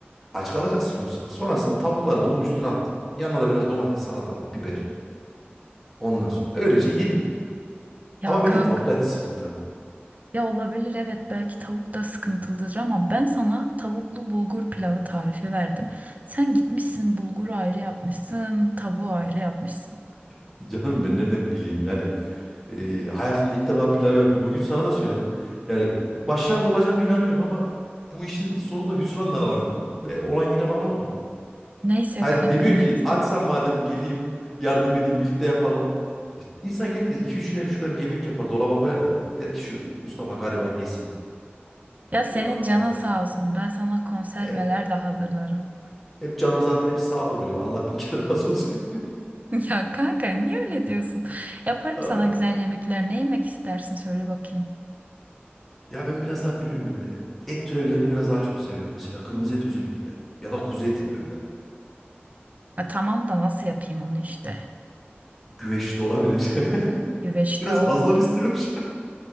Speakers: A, in the centre; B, on the right.
A: Aç kalacaksın yoksa. Sonrasında tavukları da onun üstüne attım. Yanına da biraz domates, salatalık, biber. Ondan sonra öylece yedim.
B: Ya
A: Ama bence
B: kanka
A: tavuktaydı sıkıntı.
B: Ya olabilir evet belki tavuk da sıkıntılıdır ama ben sana tavuklu bulgur pilavı tarifi verdim. Sen gitmişsin bulguru ayrı yapmışsın, tavuğu ayrı yapmışsın.
A: <laughs> Canım ben nereden bileyim yani e, hayatımda ilk defa pilav yapıyorum. Bugün sana da söyledim. Yani başarılı olacağıma inanıyorum ama bu işin sonunda hüsran da var dedim. Ve olan yine bana oldu.
B: Neyse
A: Hayır
B: kanka
A: demiyorsun
B: neyse.
A: ki açsam madem geleyim yardım edeyim birlikte yapalım. İnsan gelir de iki üç güne bir şurada bir yemek yapar dolaba koyar da der ki şu Mustafa gariban yesin.
B: Ya senin
A: Yok
B: canın
A: nerede?
B: sağ olsun ben sana konserveler
A: E,
B: de hazırlarım.
A: hep canım zaten hep sağ oluyor. Allah bin kere <laughs> razı olsun.
B: <laughs> Ya kanka niye öyle diyorsun? Yaparım
A: Allah.
B: sana güzel yemekler. Ne yemek istersin söyle bakayım.
A: Ya ben biraz daha biliyorum böyle. Et türevlerini biraz daha çok seviyorum. Mesela kırmızı et özellikle. Ya da kuzu eti böyle.
B: Ya tamam da nasıl yapayım onu işte.
A: Güveç de olabilir. <laughs>
B: Güveçte
A: Biraz
B: o
A: fazla mı istiyorum şu an?